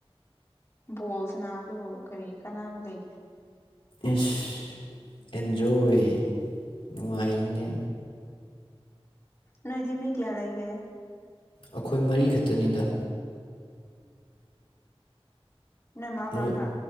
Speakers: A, on the left (about 25°); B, on the left (about 65°).
A: ꯕꯣꯜ ꯁꯅꯥꯕꯗꯨꯕꯨ ꯀꯔꯤ ꯀꯥꯟꯅꯕ ꯂꯩꯒꯦ
B: ꯏꯁ ꯑꯦꯟꯖꯣꯏ ꯅꯨꯡꯉꯥꯏꯅꯦ
A: ꯅꯣꯏꯗꯤ ꯃꯤ ꯀꯌꯥ ꯂꯩꯒꯦ
B: ꯑꯩꯈꯣꯏ ꯃꯔꯤꯈꯛꯇꯅꯤꯗ
A: ꯅꯣꯢꯃꯥ
B: ꯅꯣꯏ
A: ꯄꯥꯒ